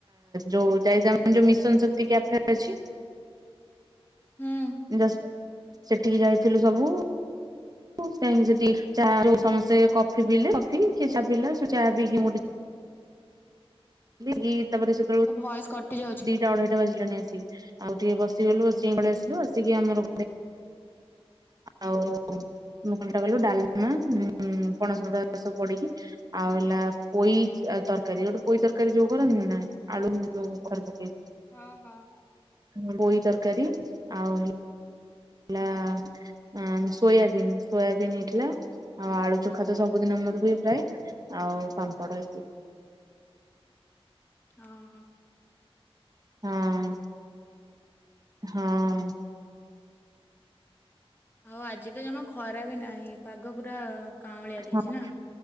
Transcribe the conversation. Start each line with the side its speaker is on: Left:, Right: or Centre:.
Right: ଯୋଉ ଯାଇ ଯୋଉ ମିଶନ ଶକ୍ତି କ୍ୟାଫେ ଅଛି
Left: ହୁଁ
Right: ଦସ ସେଠିକି ଯାଇଥିଲୁ ସବୁ ଁ ସେଠ ଚା ଯଉ ସମସ୍ତେ କଫି ପିଲେ କଫି କିଏ ଚା ପିଇା ଚାହା ପିଇକି ଗୋେ <unintelligible> ତାପର ସେ
Left: ତୋ ଭଏସ କଟି ଯାଉଛି।
Right: ଦିଟା ଅଢେଇଟା ବାଜିଲାଣି ଆସି ଆଉ ଟିକେ ବସ ଗ ଆସିଲୁ ଆସି ଆମର ଆଉ ମୁ କଣା କଲୁ ଡାଲମା ପଣସଟା ଚାଷ ପଡିକି ଆଉ ହେଲା ପୋଇ ତରକାରୀ ଗୋଟେ ପୋଇ ତରକାରୀ ଯୋଉ କରନ୍ତି ନା <unintelligible> ଆଳୁ ଯୋଉ କରଦ <unintelligible>
Left: ହଁ ହଁ
Right: <unintelligible> ତରକାରୀ ଆଉ ହେଲା ହେଲା ସୋୟାବିନ୍ ସୋୟାବିନ୍ ହେଇଥିଲା ଆଉ ଆଳୁ ଚଖା ତ ସବୁଦିନ ମୋର ହୁଏ ପ୍ର ଆଉ ପାମ୍ପଡ
Left: ହଁ ହ
Right: ହଁ ହଁ
Left: ହଉ ଆଜି ତ ଜମା ଖରା ବି ନାହିଁ ପାଗ ପୁରରା କାଉଁଳିଆ
Right: ହଁ
Left: ଦେଇଛି ନା